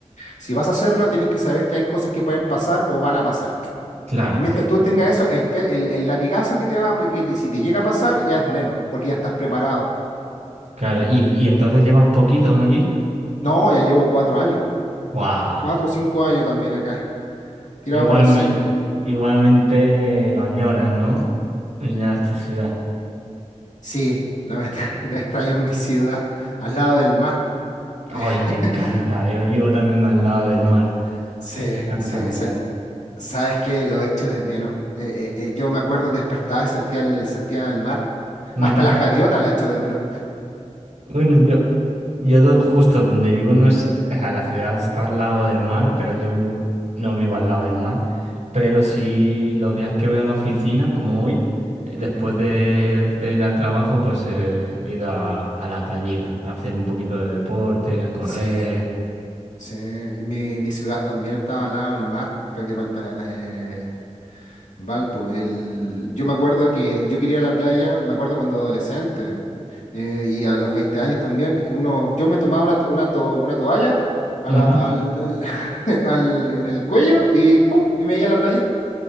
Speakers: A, on the left; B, on the right.
A: Si vas a hacerlo, tienes que saber que hay cosas que pueden pasar o van a pasar.
B: claro,
A: Y mientras tú tengas eso, el, pe- el, el latigazo que te va, a- que te- si te llega a pasar, ya es menos, porque ya estás preparado.
B: claro. ¿Y, y entonces llevas poquito ¿no? allí?
A: No, ya llevo cuatro años,
B: Wow.
A: cuatro o cinco años también acá, tirado
B: Igualme,
A: para los cinco.
B: igualmente lo añoras, ¿no? Ya es tu ciudad.
A: Sí, la verdad, <laughs> la extraño en mi ciudad, al lado del mar.
B: Ay, me
A: <laughs>
B: encanta. Yo vivo también al lado del mar.
A: Sí,
B: Me encanta,
A: sí,
B: me encanta.
A: sí. Sabes que lo echo de menos. Eh, eh, eh, yo me acuerdo despertaba y sentía el, el- sentía el mar.
B: Ujú.
A: Hasta las gaviotas las echo de menos.
B: Bueno, yo, Yo do- justo donde vivo no es, o sea, la ciudad está al lado del mar, pero yo no vivo al lado del mar. Pero sí los días que voy a la oficina, como hoy, eh, después
A: Ujú.
B: de, de ir al trabajo, pues eh, he ido a, a la playita, a hacer un poquito de deporte, a correr.
A: Sí, sí. Y Mi, mi ciudad también estaba al lado del mar, prácticamente para eh, Valpo. El, yo me acuerdo que yo quería ir a la playa, me acuerdo cuando adolescente eh, y a los 20 años también. eh, Uno, yo me tomaba una, to- una, to- una toalla a
B: Ujú,
A: la- al, al- <laughs> al- en el cuello y ¡pum! y me iba a la playa.